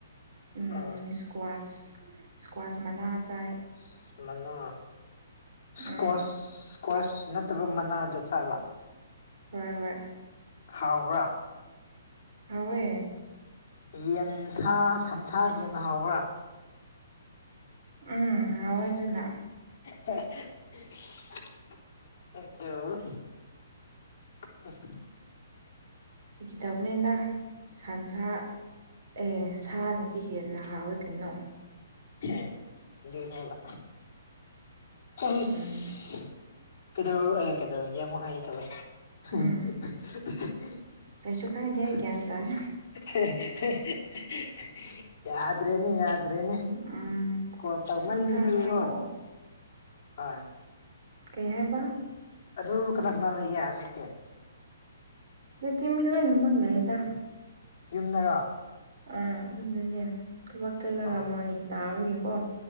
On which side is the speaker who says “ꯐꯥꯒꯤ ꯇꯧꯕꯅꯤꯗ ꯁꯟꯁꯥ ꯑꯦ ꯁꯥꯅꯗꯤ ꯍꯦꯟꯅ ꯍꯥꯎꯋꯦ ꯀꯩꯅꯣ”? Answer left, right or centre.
Right